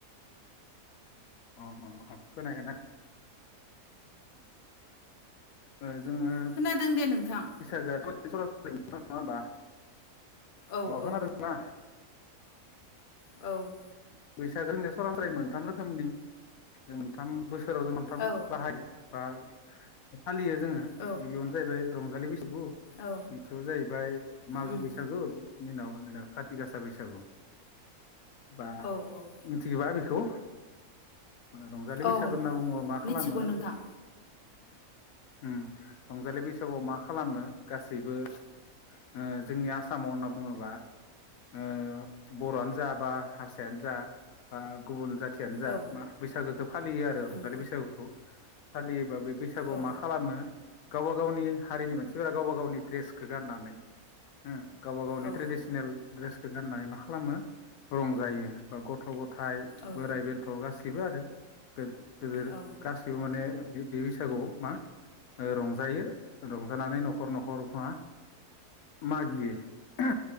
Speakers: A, on the left (about 75°); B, on the left (about 45°).
A: अ अ खोनायैखैना? ओ जोङो
B: खोनादों दे नोंथां
A: बैसागोआथ' जर <unintelligible> नङा होमबा अ
B: औ औ
A: खोनादोंना?
B: औ
A: बैसागो जोंनिया सरास्रायै मोनथाम रोखोमनि जों मोनथाम बोसोराव जों मोनथाम
B: औ
A: बाहायो बा फालियो जोङो
B: औ
A: गिबियावनो जाहैबाय रंजालि बैसागु
B: औ
A: नैथियाव जाहैबाय मागो
B: उम
A: बैसागु बिनि उनाव जोंना खाथि गासा बैसागु बा
B: अ औ। ‌
A: मिथिगोबा बिखौ रंजालि
B: औ
A: बैसागो होनना बुङोबा मा
B: मिथिगौ
A: खालामो
B: नोंथां
A: उम रंजालि बैसागुआव मा खालामो गासैबो ओ जोंनि आसामाव होनना बुङोबा, ओ बर'आनो जाबा हारस जायानो जा बा गुबुन जाथियानो जा
B: औ
A: मा बैसागोखो फालियो आरो रंजालि
B: उम
A: बैसागुखौ। फालियोबा बे बैसागुआव
B: औ
A: मा खालामो? गावबा गावनि हारिनि मोनसिफोरा गावबा गावनि ड्रेसखो गाननानै हो गावबा गावनि
B: औ
A: ट्रेडिसनेल ड्रेसखो गाननानै मा खालामो रंजायो बा गथ गथ' गथाइ
B: औ
A: बोराइ बेन्थ' गासैबो आरो गोद-गोदोर
B: औ
A: गासैबो माने बे बैसागुआव मा रंजायो रंजानानै न'खर न'खर मा मागियो